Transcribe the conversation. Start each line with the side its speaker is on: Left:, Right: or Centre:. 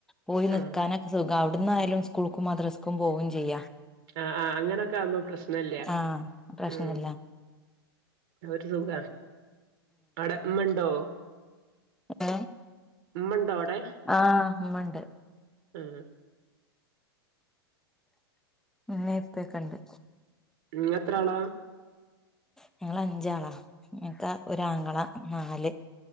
Centre: പോയി നിക്കാനൊക്കെ
Right: ആഹ്
Centre: സുഖ അവിടുന്നായാലും സ്കൂൾക്കും മദ്രസ്സക്കും പോവേം ചെയ്യാം
Right: ആ ആ അങ്ങനൊക്കെ ആവുമ്പോ പ്രശ്നല്ല
Centre: ആഹ് പ്രശ്നല്ല
Right: മ്മ് ഒരു സുഖ അവിടമ്മണ്ടോ
Centre: ആ
Right: ഇമ്മണ്ടോവിടെ
Centre: ആ ഉമ്മണ്ട്
Right: മ്
Centre: ഇമ്മേ ഇപ്പകണ്ട്
Right: നിങ്ങത്രാള
Centre: ഞങ്ങള് അഞ്ചാളാ മൂത്ത ഒരാങ്ങള നാല്